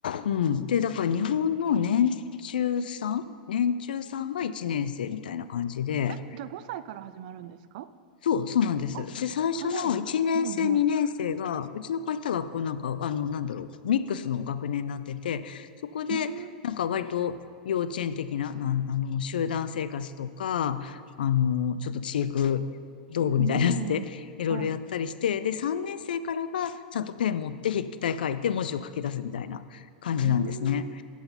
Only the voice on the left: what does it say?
うん。で、だから日本の年中さん年中さんが1年生みたいな感じで、
そう、そうなんです。
で、最初の1年生、
2年生が、うちの子が行った学校なんか、あの、なんだろう、ミックスの学年になってて、そこで、
なんか割と幼稚園的な、なん、あの、集団生活とか、あの、ちょっと知育道具みたいなやつで、
いろいろやったりして、
で、3年生からは、ちゃんとペン持って筆記体書いて文字を書き出すみたいな感じなんですね。